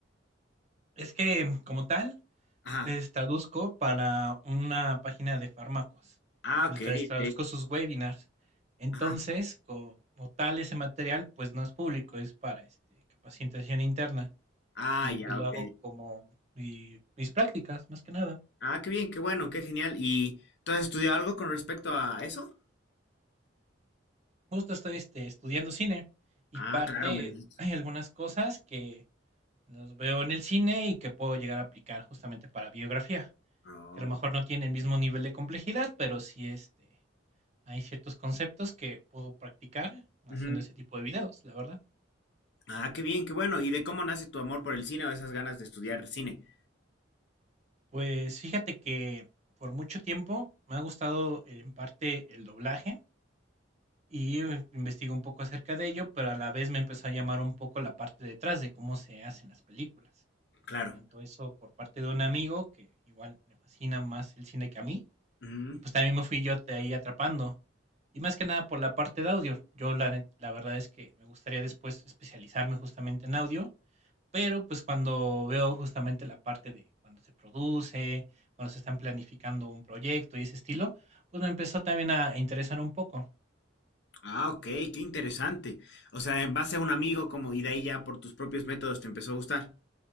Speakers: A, on the right; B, on the left.
A: es que como tal
B: Ajá.
A: Es, traduzco para una página de fármacos.
B: Ah, ok,
A: Entonces
B: ok.
A: traduzco sus webinars. Entonces,
B: Ajá.
A: co- como tal, ese material, pues no es público, es para este, capacitación interna.
B: Ah,
A: Y
B: ya,
A: pues lo
B: ok.
A: hago como mi- mis prácticas, más que nada.
B: Ah, qué bien, qué bueno, qué genial. ¿Y tú has estudiado algo con respecto a eso?
A: Justo estoy este, estudiando cine y
B: Ah,
A: parte,
B: claro, me dijiste.
A: hay algunas cosas que los veo en el cine y que puedo llegar a aplicar justamente para biografía,
B: Oh.
A: que a lo mejor no tiene el mismo nivel de complejidad, pero sí este, Hay ciertos conceptos que puedo practicar haciendo
B: Ujú.
A: ese tipo de videos, la verdad.
B: Ah, qué bien, qué bueno. ¿Y de cómo nace tu amor por el cine o esas ganas de estudiar cine?
A: Pues fíjate que por mucho tiempo me ha gustado eh, en parte el doblaje y eh, investigué un poco acerca de ello, pero a la vez me empezó a llamar un poco la parte detrás de cómo se hacen las películas.
B: Claro.
A: Tanto eso por parte de un amigo que igual le fascina más el cine que a mí,
B: Mm.
A: y pues también me fui yo de ahí atrapando. Y más que nada por la parte de audio. Yo la, net- la verdad es que me gustaría después especializarme justamente en audio Pero, pues, cuando veo justamente la parte de cuando se produce, cuando se están planificando un proyecto y ese estilo, pues, me empezó también a interesar un poco.
B: Ah, ok, qué interesante. O sea, en base a un amigo como y de ahí ya por tus propios métodos te empezó a gustar.